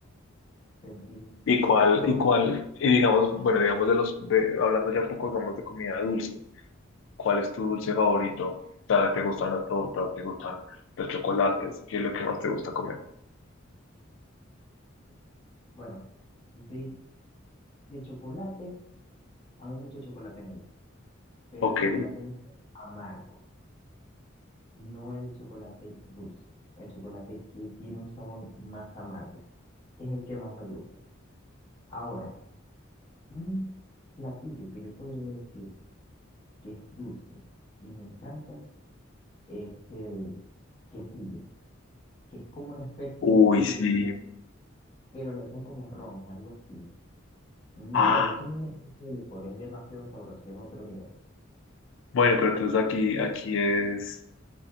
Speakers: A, on the left; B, on the left.
A: sentir
B: ¿Y cuál,
A: que probaba.
B: y cuál, y digamos, bueno, digamos de los, de, hablando ya un poco, digamos, de comida dulce. ¿Cuál es tu dulce favorito? ¿Sabes? ¿Te gustan las tortas? ¿Te gustan los chocolates? ¿Qué es lo que más te gusta comer?
A: Bueno, de, de chocolates, amo mucho el chocolate negro, pero
B: Ok.
A: el chocolate negro amargo, no el chocolate dulce, el chocolate que tiene un sabor más amargo, es el que más me gusta. Ahora, un platillo que yo podría decir que es dulce y me encanta es el quesillo, que es como una especie
B: Uy,
A: de pudín,
B: sí.
A: pero le echan como ron, algo así. Mm,
B: Ah,
A: Bueno, le echan una especie de licor, es demasiado sabroso, es otro nivel.
B: bueno, pero entonces aquí, aquí es,